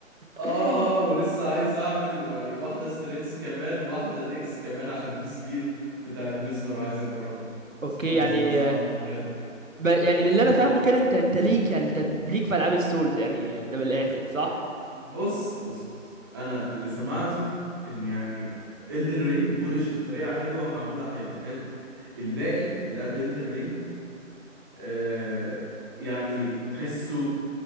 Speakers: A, on the right; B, on the right.
A: اه
B: <laughs>
A: اه ولسه عايز اعمل يعني واحدة سترينس كمان واحدة ديكس كمان عشان في سبير بتاعت مزمر عايز اجربها
B: اوكي
A: سبير مزمر
B: يعني
A: سمعت
B: آه،
A: انها حلو
B: ب- يعني من اللي انا فاهمه كده انت انت ليك يعني انت ليك في العاب السولز يعني ده من الاخر صح
A: بص بص بص انا اللي سمعته ان يعني Elden رينج بولشت بطريقة حلوة ومعمولة حلو حلو الباقي اللي قبل Elden رينج آه يعني تحسه